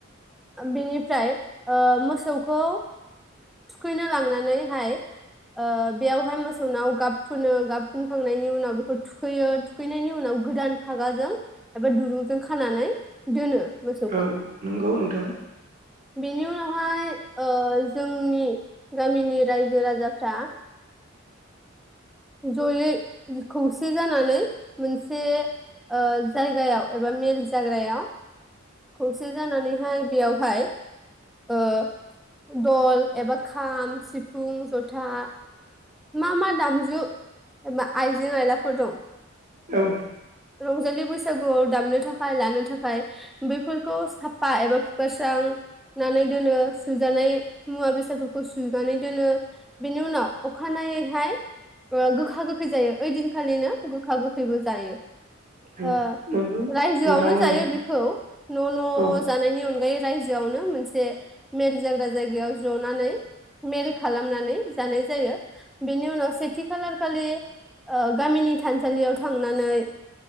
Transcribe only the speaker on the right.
औ नंगौ नोंथां।
औ।
औ नंगौ
नोंथां बुंनाया
औ